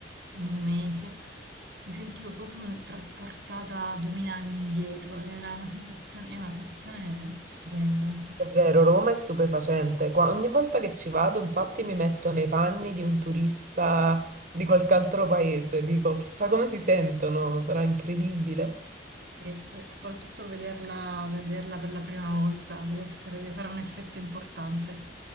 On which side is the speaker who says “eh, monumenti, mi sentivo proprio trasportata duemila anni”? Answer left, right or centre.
Right